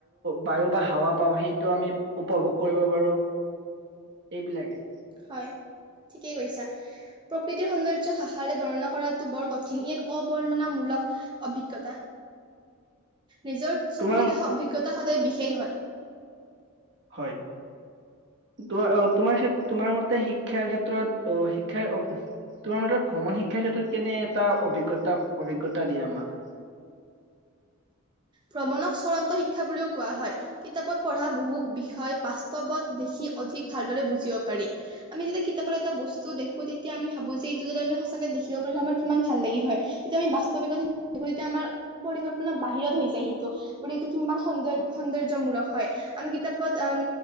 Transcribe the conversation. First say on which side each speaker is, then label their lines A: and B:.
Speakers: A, on the right (about 55°); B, on the right (about 20°).
A: বায়ু বা হাৱা পাওঁ সেইটো আমি উপভোগ কৰিব পাৰোঁ এইবিলাকে।
B: হয় ঠিকেই কৈছা। প্ৰকৃতিৰ সৌন্দৰ্য ভাষাৰে বৰ্ণনা কৰাটো বৰ কঠিন। ই এক অবৰ্ণনামূলক অভিজ্ঞতা। নিজৰ চকুৰে
A: তোমাৰ
B: দেখা অভিজ্ঞতা সদায় বিশেষ হয়।
A: হয়। তোমাৰ অ তোমাৰ ক্ষেত তোমাৰ মতে শিক্ষাৰ ক্ষেত্ৰত অ শিক্ষাৰ অ তোমাৰ মতে ভ্ৰমণ শিক্ষাৰ ক্ষেত্ৰত কেনে এটা অভিজ্ঞতা অভিজ্ঞতা দিয়ে আমাক।
B: ভ্ৰমণক চড়ন্ত শিক্ষা বুলিও কোৱা হয়। কিতাপত পঢ়া বহু বিষয় বাস্তৱত দেখি অধিক ভালদৰে বুজিব পাৰি। আমি যেতিয়া কিতাপৰ এটা বস্তু দেখোঁ তেতিয়া আমি ভাবোঁ যে এইটো যদি আমি সঁচাকে দেখিব পাৰিলো হয় আমাৰ কিমান ভাল লাগিল হয়। যেতিয়া আমি বাস্তৱিকত <unintelligible> আমাৰ পৰিকল্পনা বাহিৰত হৈ এই সিটো এইটো কিমান সৌন্দৰ সৌন্দৰ্য্যমূলক হয় আমি কিতাপত উম